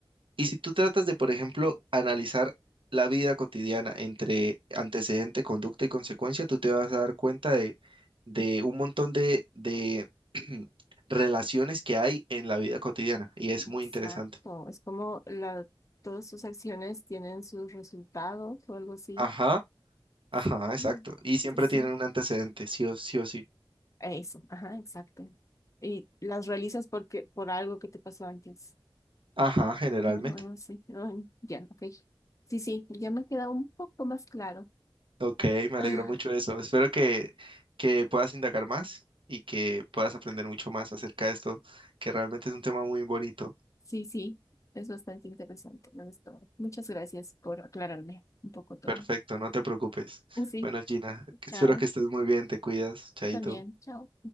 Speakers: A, on the right; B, on the left.
A: Y si tú tratas de, por ejemplo, analizar la vida cotidiana entre antecedente, conducta y consecuencia, tú te vas a dar cuenta de, de un montón de, de <clears throat> relaciones que hay en la vida cotidiana y es
B: Exacto.
A: muy interesante.
B: Es como la, todas sus acciones tienen sus resultados o algo así.
A: Ajá, ajá,
B: Sí,
A: exacto. Y siempre
B: sí, sí.
A: tienen un antecedente, sí o sí. O sí.
B: Eso, ajá, exacto. Y las realizas porque, por algo que te pasó antes.
A: Ajá, generalmente.
B: No, no sé. Ay, ya, ok. Sí, sí, ya me queda un poco más claro.
A: Ok, me alegro
B: <laughs> Ah,
A: mucho de eso. Espero que, que puedas indagar más y que puedas aprender mucho más acerca de esto, que realmente es un tema muy bonito.
B: Sí, sí, es bastante interesante, la historia. Muchas gracias por aclararme un poco todo.
A: Perfecto, no te preocupes.
B: Sí,
A: Bueno, Gina, espero
B: chao.
A: que estés muy bien, te cuidas, chaito.
B: Tú también, chao.